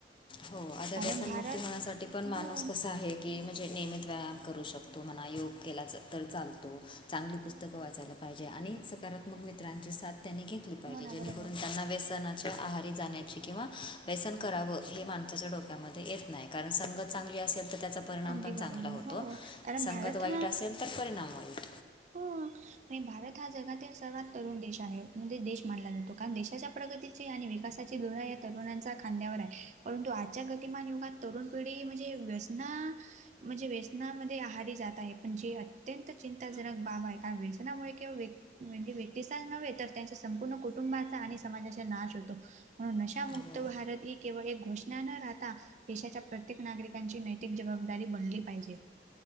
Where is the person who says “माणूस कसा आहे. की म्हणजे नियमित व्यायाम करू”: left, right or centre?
Left